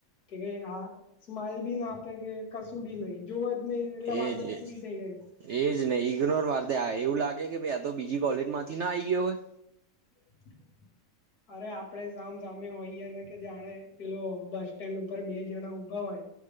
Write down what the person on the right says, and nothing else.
એજ
એજ
એજ નહ ઈગ્નોર માર દે એવું લાગે કે ભાઈ આ તો બીજી કોલેજ માંથી ના આ આવી ગયો હોય